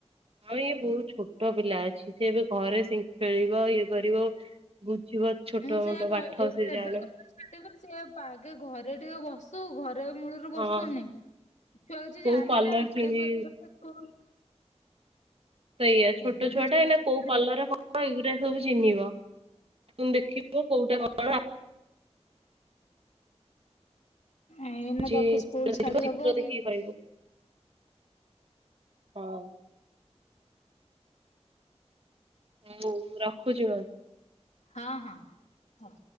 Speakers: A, on the right; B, on the left.
A: ହଁ ଇଏ ବହୁତ ଛୋଟ ପିଲା ଅଛି ସେ ଏବେ ଘରେ ଖେଳିବ ଇଏ କରିବ। ଯିବ ଛୋଟ
B: ମୁଁ ସେଇଆ
A: ମୋଟ
B: କହିଲି
A: ପାଠ
B: ମୁଁ
A: ସେ
B: କହିଲି ଏବେ
A: ଜାଣୁ।
B: କଣ ଛାଡିବୁ ସେ ପା ଆଗେ ଘରେ ଟିକେ ବସୁ ଘରେ। ମୂଳରୁ
A: ହଁ
B: ବସୁନି ଛୁଆ କିଛି
A: କୋଉ
B: ଜାଣି
A: କଲର
B: ନାହାନ୍ତି
A: କିଣିବି
B: ତାଙ୍କୁ ଏବେ ଠୁ ସ୍କୁଲ।
A: ସେଇଆ ଛୋଟ
B: ଏବେଠୁ
A: ଛୁଆଟା
B: ସ୍କୁଲ
A: ଏଇନା କୋଉ
B: ଛାଡି
A: କଲର
B: ହଁ
A: କଣ ଏଇଗୁରା। ସବୁ ଚିହ୍ନିବ। ତାକୁ ଦେଖିବ କୋଉଟା କ ହେଲା।
B: ଏଇନା
A: ଆସୁଛି
B: ତାକୁ ସ୍କୁଲ ଛାଡି
A: ଚିତ୍ର
B: ହବ
A: ଦେଖିକି
B: କି?
A: କହିବ ହଁ। ହଉ ମୁଁ ରଖୁଛି ଭା
B: ହଁ ହଁ। ହଉ।